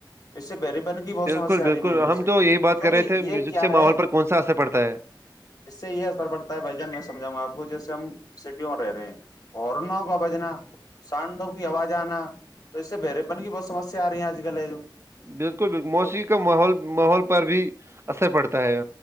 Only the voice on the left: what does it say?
اس سے بری پانی کی بہت
سسیا
آ رہی ہے میک
سے
کیونکہ
یہ کیا
ہے
اس سے یہ اثر پڑتا ہے بھائی جان میں سمجاؤںا آپ کو جیے ہم سٹی ہو رہے رہے اورور نہا ہو کاا بجین سانڈو کی آواز آنا تو اس سے برےپن کی بہت سمسیا آ رہی ہے آج کل ہے جو
کیوں-